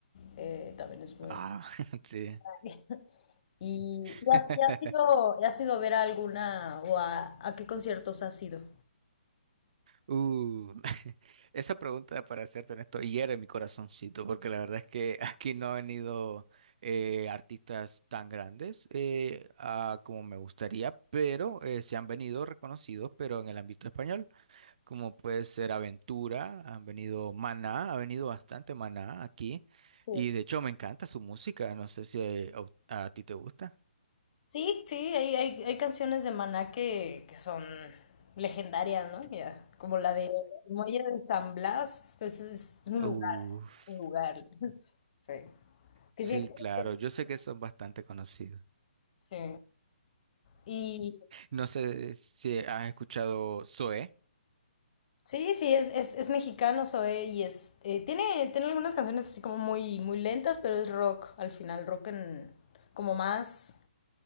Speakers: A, on the left; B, on the right.
A: eh, también es muy...
B: Ah, <laughs> sí.
A: <laughs> ¿Y,
B: <laughs>
A: y has, y has ido, y has ido a ver a alguna o a, a qué conciertos has ido?
B: Uh, <laughs> esa pregunta para hacerte honesto hiere mi corazoncito, porque la verdad es que <laughs> aquí no han venido eh, artistas tan grandes eh, ah, como me gustaría, pero eh, se han venido reconocidos, pero en el ámbito español, como puede ser Aventura, han venido Maná, ha venido bastante Maná aquí,
A: Sí.
B: y de hecho me encanta su música, no sé si eh, a a ti te gusta.
A: Sí, sí, hay, hay, hay canciones de Maná que, que son legendarias, ¿no? Ya, como la de El Muelle de San Blas, es, es un
B: Uf,
A: lugar, es un lugar. Sí.
B: sí,
A: Que sí existe.
B: claro,
A: Sí.
B: yo sé que son bastante conocidos.
A: Sí. Y
B: No sé si has escuchado Zoé.
A: Sí, sí, es, es, es mexicano Zoé y es, eh, tiene, tiene algunas canciones así como muy, muy lentas, pero es rock al final, rock en, como más,